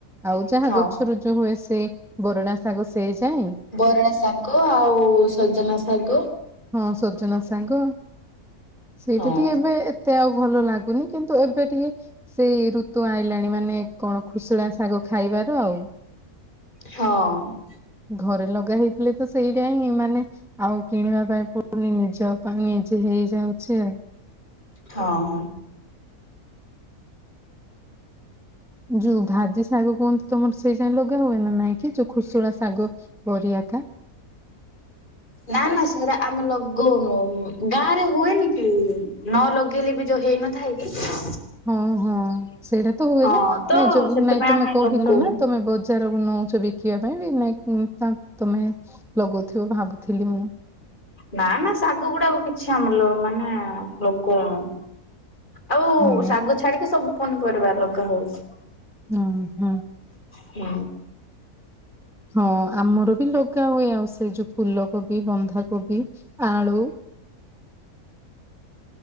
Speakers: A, in the centre; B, on the left (about 30°).
A: ଆଉ ଯାହା
B: ହଁ
A: ଗଛରୁ ଯୋଉ ହୁଏ ସେ ବରଡା ଶାଗ ସେ ଯାଏ।
B: ବରଣା ଶାଗ ଆଉ ସଜନା ଶାଗ
A: ହଁ ସଜନା ସାଙ୍ଗ ସେଇଟା
B: ହଁ
A: ଟିକେ ଏବେ ଏ ତେ ଆଉ ଭଲ ଲାଗୁନି କିନ୍ତୁ ଏବେ ଟିକେ ସେଇ ଋତୁ ଆଇଲାଣି ମାନେ କଣ ଖୁସୁଳା ଶାଗ ଖାଇବାର ଆଉ।
B: ହଁ।
A: ଘରେ ଲଗା ହେଇଥିଲେ ତ ସେଇଟା ହିଁ ମାନେ ଆଉ କିଣିବା ପାଇଁ ପଡୁନି ନିଜ ପାଇଁ ନିଜେ ହେଇଯାଉଛି ଆଉ।
B: ହଁ ହଁ।
A: ଯୋଉ ଭାଜି ଶାଗ କୁହନ୍ତି ତମର ସେଇ ଯାଏ ଲଗା ହୁଏ ନା ନାଇଁ କି? ଖୁସୁଳା ଶାଗ ବରିଆକା
B: ନା ନା ସେଇଟା ଆମେ ଲଗଉନୁ ଗାଁ ରେ ହୁଏନି କି? ନ ଲଗେଇଲେ ବି ଯୋଉ ହେଇନଥାଏ କି?
A: ହଁ ହଁ ସେଇଟା ତ ହୁଏ
B: ହଁ
A: ଯେ
B: ତ
A: ନାଇଁ
B: ସେଥିପାଇଁ
A: ନାଇଁ ତମେ
B: ଆମେ
A: କହିଲ
B: ଲଗଉନୁ।
A: ନା ତମେ ବ ଚାରକୁ ନଉଛ ବିକିବା ପାଇଁ ବି ନାଇଁ ତା ତମେ ଲଗଉଥିବ ଭାବୁଥିଲି ମୁଁ।
B: ନା ନା ଶାଗ ଗୁଡାକ କିଛି ଆମଲ ମାନେ ଲଗଉନୁ। ଆଉ
A: ହଁ।
B: ଶାଗ ଛାଡିକି ସବୁ ପନିପରିବା ଲଗା ହଉଛି।
A: ହଁ ହଁ।
B: ହୁଁ।
A: ହଁ ଆମର ବି ଲଗା ହୁଏ ଆଉ ସେ ଯୋଉ ଫୁଲ କୋବି ବନ୍ଧାକୋବି ଆଳୁ।